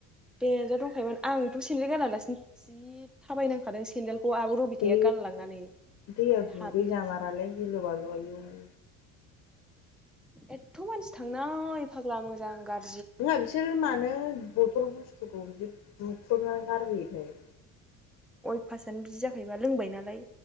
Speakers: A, in the centre; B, on the left.
A: दे जा‌ दंखायोमोन आंथ' सेन्देल गानालासिनो जि थाबायनांखादों सेन्देल ख' आब' रबिथाया
B: बे
A: गानलांनानै ओमफ्राय
B: दैयाव दुगै
A: हाफैखायसो।
B: जामारालै गिलु बालु आयु
A: एथ' मानसि थांनाय फाग्ला मोजां गार
B: नोङा बिसोर मानो बथल बुस्थुखौ बिदि बुख्रुबना गारबोयोथाय।
A: अय फासआनो बिदि जाखायोबा लोंबाय नालाय